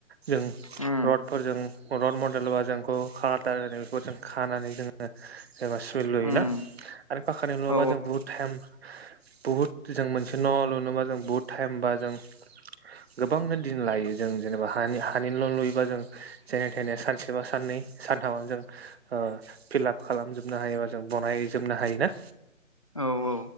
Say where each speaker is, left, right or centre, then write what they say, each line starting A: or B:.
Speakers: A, on the right (about 50°); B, on the left (about 25°).
A: जों
B: उम
A: रडफोरजों रड मडेल बा जोंखौ खार बेखौ जों खानानै जोङो जेनबा सुइल लुयोना
B: उम
A: आरो पाखकानि लुबा
B: औ
A: जों बुहुद टाइम बुहुद जों मोनसे न' लुनोबा जों बुहुद टाइमबा जों गोबांनो दिन लायो जों जेनेबा हानि हानि न' लुयोबा जों जेन थेने सानसे बा साननै सानथामाव जों ओ फिलाप खालामजोबनो हायोबा जों बनायजोबनो हायो ना
B: औ औ